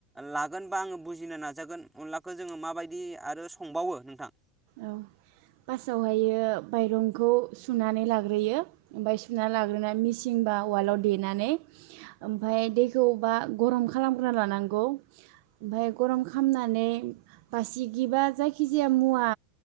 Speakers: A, in the centre; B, on the right (about 50°).
A: लागोन बा आङो बुजिनो नाजागोन अनलाखौ जोङो माबायदि आरो संबावो नोंथां
B: औ फार्स्टआवहायो माइरंखौ सुनानै लाग्रोयो ओमफ्राय सुनानै लाग्रोनानै मिेसिं बा उवालाव देनानै ओमफाय दैखौबा गरम खालामग्रा लानांगौ ओमफाय गरम खालामनानै बासिगिबा जायखिजाया मुवा